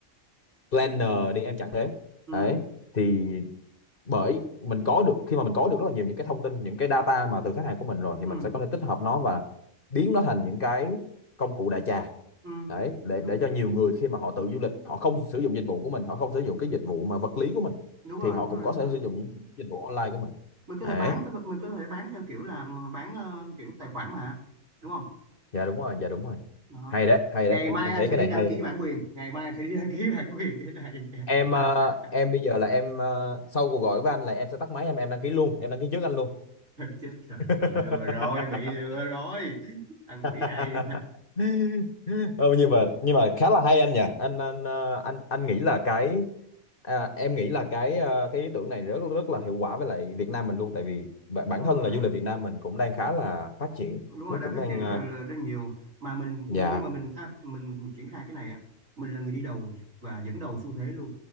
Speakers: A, on the left (about 45°); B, on the right (about 70°).
A: planner đi em chẳng thế
B: ừ
A: đấy thì bởi mình có được khi mà mình có được rất là nhiều những cái thông tin những cái data mà từ khách hàng của mình rồi thì
B: ừ
A: mình sẽ có thể tích hợp nó và biến nó thành những cái công cụ đại trà
B: ừ
A: đấy để
B: đúng
A: để cho nhiều người khi mà họ tự du lịch họ không sử dụng dịch vụ của mình họ không sử dụng cái dịch vụ mà vật lý của mình
B: đúng
A: thì
B: rồi
A: họ
B: đúng
A: cũng
B: rồi
A: có
B: đúng
A: thể
B: rồi
A: sử dụng những dịch vụ online của mình
B: mình có
A: đấy
B: thể bán cái vật mình có thể bán theo kiểu là bán ờ, kiểu tài khoản mà đúng không
A: dạ đúng rồi dạ đúng rồi
B: đó
A: hay đấy hay
B: ngày
A: đấy em
B: mai
A: em
B: anh
A: thấy
B: sẽ
A: cái
B: đi
A: này
B: đăng
A: hay
B: ký
A: đấy
B: bản quyền ngày mai anh sẽ đi đăng ký bản quyền cái này
A: em
B: <laughs>
A: ờ, em bây giờ là em ờ, sau cuộc gọi với anh là em sẽ tắt máy em em đăng ký luôn em đăng ký trước anh luôn
B: chết rồi
A: <laughs>
B: bị lừa rồi bị lừa rồi thằng
A: <laughs>
B: quỷ này
A: Ờ, nhưng mà nhưng mà khá là hay anh nhỉ anh anh ờ, anh anh nghĩ là cái à, em nghĩ là cái ờ, cái ý tưởng này rất rất là hiệu quả với lại Việt Nam mình luôn tại vì b- bản
B: <laughs> đúng rồi
A: thân là du lịch Việt Nam mình cũng đang khá là phát triển
B: đúng rồi
A: nó
B: đang
A: cũng
B: phát
A: đang
B: triển rất
A: ờ,
B: là, là rất nhiều mà mình
A: dạ
B: khi mà mình áp mình triển khai cái này á mình là người đi đầu và dẫn đầu xu thế luôn